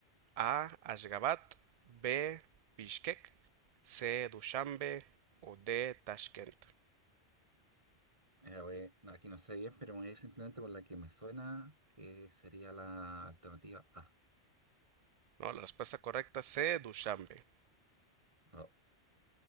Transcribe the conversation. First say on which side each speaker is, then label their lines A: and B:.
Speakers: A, on the right (about 70°); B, on the right (about 25°).
A: A. Ashgabat, B. Bishkek, C. Dushanbe o D. Tashkent.
B: Mira, voy- no, aquí no sé bien, pero me voy a ir simplemente por la que me suena, que sería la alternativa A.
A: No, la respuesta correcta C. Dushanbe.
B: No.